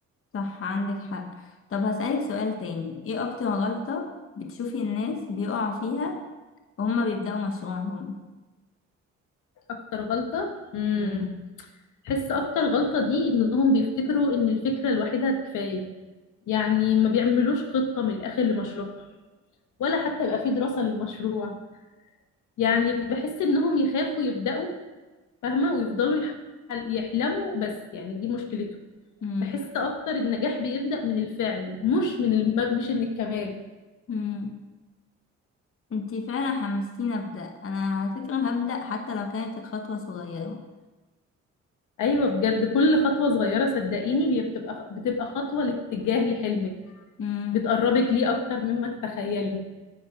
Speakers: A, on the left; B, on the left.
A: صح عندك حق طب هسألك سؤال تاني ايه اكتر غلطه بتشوفي الناس بيقعوا فيها وهم بيبدأوا مشروعهم
B: أكتر غلطة امم
A: مم.
B: حس أكتر غلطة دي إنهم بيفتكروا إن الفكرة لوحدها كفاية يعني ما بيعملوش خطة من الآخر لمشروع ولا حتى يبقى في دراسة للمشروع يعني بحس إنهم يخافوا يبدأوا فاهمة ويفضلوا يح- يحلموا بس يعني دي مشكلته
A: مم.
B: بحس أكتر النجاح بيبدأ من الفعل مش من الم... مش من الكمال
A: مم. انتي فعلا حمستيني ابدأ انا على فكره هبدأ حتى لو كانت الخطوه صغيره
B: ايوه بجد كل خطوه صغيره صدقيني بي- بتبقى بتبقى خطوه لاتجاه لحلمك
A: مم.
B: بتقربك ليه اكتر مما تتخيلي